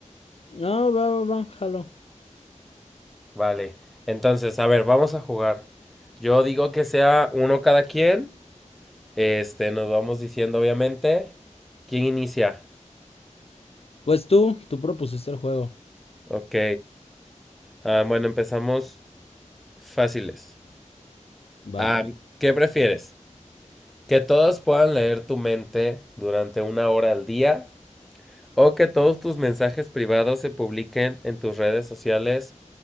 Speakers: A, on the left (about 50°); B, in the centre.
A: Ah, va, va, va, jalo.
B: Vale, entonces, a ver, vamos a jugar. Yo digo que sea uno cada quien. Este, nos vamos diciendo, obviamente. ¿Quién inicia?
A: Pues tú, tú propusiste el juego.
B: Ok. Ah, bueno, empezamos fáciles.
A: Va.
B: Ah, ¿qué prefieres? Que todos puedan leer tu mente durante una hora al día o que todos tus mensajes privados se publiquen en tus redes sociales